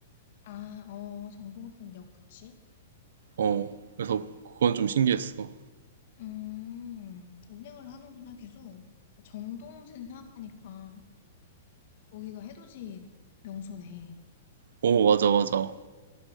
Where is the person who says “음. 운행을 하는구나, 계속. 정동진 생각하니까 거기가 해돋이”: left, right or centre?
Left